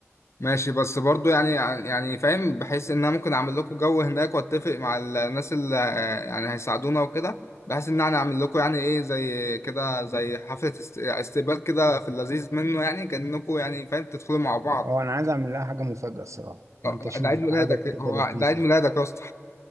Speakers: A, on the left; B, on the right.
A: ماشي بس برضو يعني يعني فاهم بحيث ان انا ممكن اعمل لكم جو هناك واتفق مع الناس اللي آه، يعني هيساعدونا وكده بحيث ان انا اعمل لكم يعني ايه زي كده زي حفلة است- استقبال كده في اللذيذ منه يعني كأنكم يعني فاهم تدخلوا مع بعض
B: اه انا عايز اعمل لها حاجة مفاجأة الصراحة فانت
A: آه،
B: شوف
A: ده عيد ميلادك
B: بقى حاجة كده
A: هو
B: لذيذة
A: ده عيد ميلادك يا اسطى